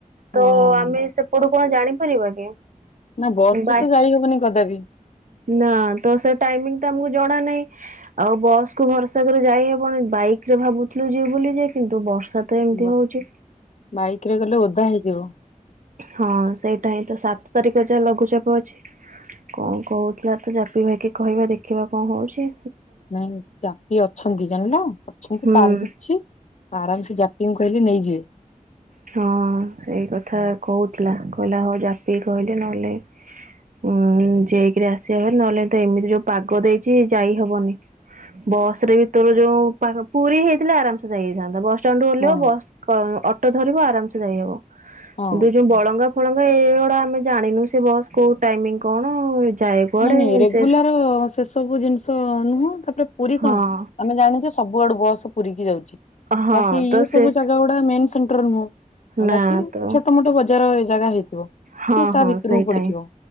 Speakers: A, on the left; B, on the right.
A: ହଁ
B: ତ ଆମେ ସେପଟୁ କଁ ଆଉ ଜାଣିପାରିବା କି?
A: ନା ବସରେ
B: ବାଇ
A: ତ ଯାଇ ହବନି କଦାପି।
B: ନା ତ ସେ ଟାଇମିଙ୍ଗି ତ ଆମୁକୁ ଜଣା ନାହିଁ। ଆଉ ବସ୍ କୁ ଭରସା କରି ଯାଇ ହବନି ବାଇକରେ ଭାବୁଥୁଲୁ ଯିବୁ ବୋଲି ଯେ କିନ୍ତୁ ବର୍ଷା ତ ଏମିତି
A: <unintelligible>
B: ହଉଛି।
A: ବାଇକରେ ଗଲେ ଓଦା ହେଇଯିବ।
B: ହଁ ସେଇଟା ହିଁ ତ ସାତ ତାରିଖ ଯାହା ଲଘୁଚାପ ଅଛି। କଣ କୋହୁଥିଲା ତ ଜାପି ଭାଇକି କହିବା ଦେଖିବା କଁ ହୋଉଛି।
A: ନାଇଁ ଜାପି ଅଛନ୍ତି ଜାଣିନ ଅଛନ୍ତି
B: ହୁଁ
A: କାର ବି ଅଛି। ଆରାମ ସେ ଜାପିଙ୍କୁ କହିଲେ ନେଇଯିବେ।
B: ହଁ ସେଇ କଥା
A: ହଁ
B: କୋହୁଥୁଲା କହିଲା ହଉ ଜାପିକି କହିଲେ ନହେଲେ ଉଁ ଯାଇକିରି ଆସିବା ଭାରି ନହେଲେ ତ ଏମିତି ଯୋଉ ପାଗ ଦେଇଛି ଯାଇ ହବନି। ବସରେ ବି ତୋରୋ ଯୋଉ ପାଗ ପୁରୀ ହେଇଥିଲେ ଆରାମସେ ଯାଇାହେଇଥାନ୍ତା ବସ ଷ୍ଟାଣ୍ଡରୁ ଓଲ୍ହେଇବ
A: ହଁ
B: ବସ୍ କ ଅଟ ଧରିବ ଆରାମସେ ଯାଇହବ
A: ହଁ
B: କିନ୍ତୁ ଯୋଉ ବଳଙ୍ଗା ଫଳଙ୍ଗା ଏଗୋଡା ଆମେ ଜାଣିନୁ ସେ ବସ୍ କୋଉ ଟାଇମିଙ୍ଗି କଣ <unintelligible>
A: ନାଇଁ ନାଇଁ ରେଗୁଲାର
B: ସେ
A: ସେସବୁ ଜିନିଷ ନୁହଁ ତାପରେ ପୁରୀ
B: ହଁ
A: କଣ ଆମେ ଜାଣିଚେ ସବୁଆଡୁ ବସ ପୁରୀକି ଯାଉଛି
B: ହଁ
A: ବାକି
B: ତ
A: ଇଏ
B: ସେ
A: ସବୁ ଜାଗା ଗୁ ଡା ମେନ ସେଣ୍ଟର ନୁହଁ
B: ନା
A: ବାକି
B: ତ
A: ଛୋଟୋ ମୋଟୋ ବଜାର ଜାଗା ହେଇଥିବ।
B: ହଁ
A: କି ତା
B: ହଁ
A: ଭିତୁରୁକୁ
B: ସେଇଟା
A: ପଡିଥିବ।
B: ହିଁ